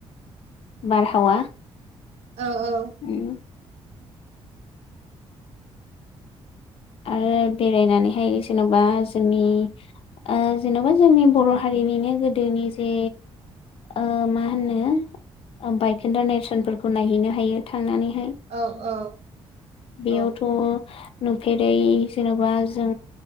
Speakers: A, on the left; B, on the right.
A: बारहावा
B: औ औ
A: उम आरो बेरायनानैहाय जेन'बा जोंनि ओ जेन'बा जोंनि बर' हारिनिनो गोदोनि जे ओ माहोनो बायखोन्दा नेरसोनफोरखौ नायहैनो हायो थांनानै
B: औ औ
A: बेयावथ'
B: औ
A: नुफेरै जेन'बा जों